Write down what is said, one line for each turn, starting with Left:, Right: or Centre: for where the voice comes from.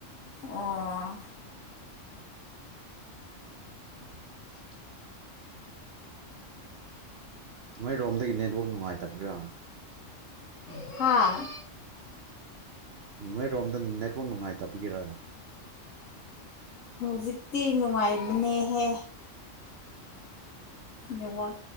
Left: ꯑꯣ
Right: <inaudible> ꯅꯣꯏ ꯔꯣꯝꯗꯒꯤ ꯅꯦꯠꯋꯥꯛ ꯅꯨꯡꯉꯥꯏꯇꯕ꯭ꯔꯥ
Left: ꯎꯝ ꯍꯥ
Right: ꯅꯣꯏꯔꯣꯝꯗ ꯅꯦꯠꯋꯥꯛ ꯅꯨꯡꯉꯥꯏꯇꯕꯒꯤꯔ
Left: ꯍꯧꯖꯤꯛꯇꯤ ꯅꯨꯡꯉꯥꯏꯕꯅꯦꯍꯦ ꯅꯦꯠꯋꯥꯛ